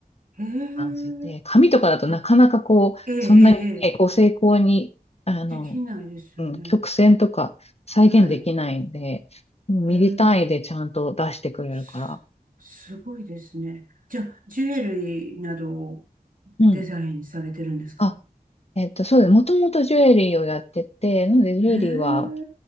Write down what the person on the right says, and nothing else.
ええ、
あ、ええ、ええ、
ええ
できないですよね。
はい、
ええ、す、すごいですね。じゃあ、ジュエリーなどを
デザインされてるんですか
え